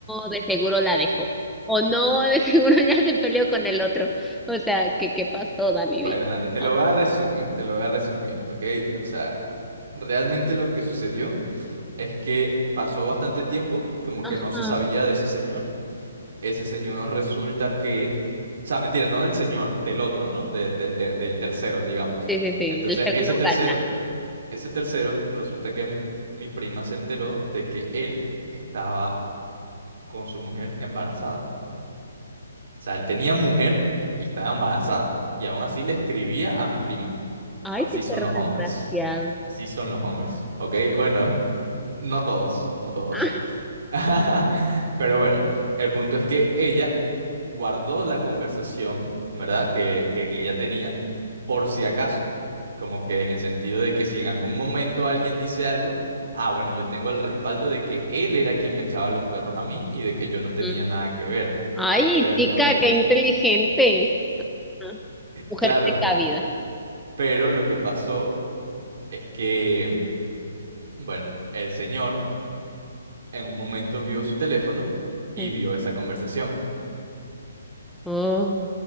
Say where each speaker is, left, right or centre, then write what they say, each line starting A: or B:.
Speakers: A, in the centre; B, on the right.
A: de seguro la dejó, o no, de <laughs> seguro ya se peleó con el otro, o sea, ¿qué, qué pasó, Dani?
B: Bueno,
A: Dime,
B: Dani, te
A: por
B: lo
A: favor.
B: voy a resumir, te lo voy a resumir, ¿ok? O sea, realmente lo que sucedió Es que pasó bastante tiempo, como
A: Ajá,
B: que no se sabía de ese señor. Ese señor resulta que... O sea, mentira, no del señor, del otro, ¿no? De- del, te- del tercero, digamos.
A: sí, sí, sí,
B: Entonces,
A: el segundo
B: ese tercero,
A: galán.
B: ese tercero, resulta que m- mi prima se enteró de que él estaba con su mujer embarazada. O sea, él tenía mujer y estaba embarazada. Y aún así le escribía a mi prima.
A: Ay,
B: Así
A: qué
B: son
A: perro
B: los hombres.
A: desgraciado.
B: Así son los hombres, ¿ok? Bueno, no todos, no todos.
A: Ah,
B: <laughs> Pero bueno, el punto es que ella guardó la conversación, ¿verdad? Que, que ella tenía, por si acaso. Como que en el sentido de que si en algún momento alguien dice algo, ah, bueno, yo tengo el respaldo de que él era quien me echaba los perros a mí y de que yo no tenía
A: Ujú.
B: nada que ver.
A: Ay,
B: Pero
A: chica,
B: entonces,
A: qué inteligente. Ah, Mujer
B: <laughs>
A: precavida.
B: claro, pero lo que pasó es que, bueno, el señor en un momento vio su teléfono y
A: Sí.
B: vio esa conversación.
A: Oh.